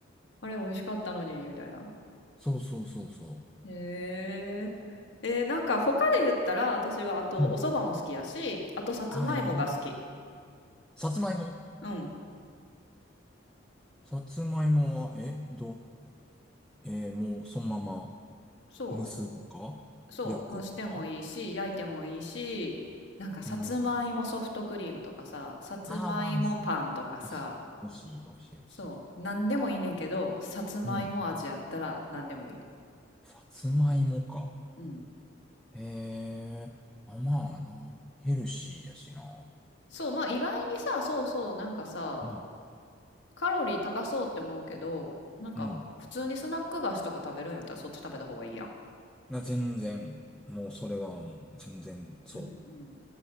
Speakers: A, on the left; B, in the centre.
A: あれ美味しかったのに、みたいな。
B: そうそうそうそ
A: ええ。えー、なんか他で言ったら、私はあとお蕎麦も好きやし、
B: う。うん。
A: あとさつまいもが好き。
B: ああ、いいね。さつまいも。
A: うん。
B: さつまいもは、え、ど、えーもうそのまま
A: そう。
B: 蒸すとか焼くとか
A: そう、蒸してもいいし、焼いてもいいし、なんかさつまいもソフトクリームとかさ、
B: うん。
A: さつまいもパンとかさ、
B: ああ、まあ、美味しい、美味しい、美味しい。
A: そう、なんでもいいねんけど、さつまいも味やったらなんでもいい。
B: うん。さつまいもか。
A: うん。
B: へえ。あ、まあな。ヘルシーやしな。
A: そう、まあ意外にさ、そうそう、なんかさ、
B: うん。
A: カロリー高そうって思うけど、なんか普通にスナック菓子とか食べるんやったらそっち食べた方がいいやん。
B: うん。な、全然。もうそれはもう全然そ
A: うんうん。